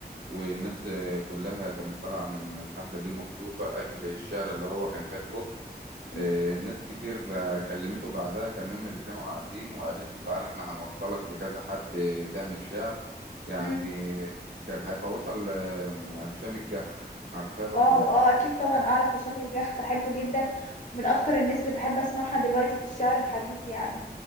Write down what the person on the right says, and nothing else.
والناس كلها كانت طالعة من الحفلة دي مبسوطة لأجل الشعر اللي هو كان كاتبه
آه، ناس كتير آه، كلمته بعدها كمان من اللي كانوا قاعدين وقالت له تعالى احنا هنوصلك لكذا حد آه، تعمل شعر يعني
كان هيتواصل آه، مع هشام الجح عارفاه برضه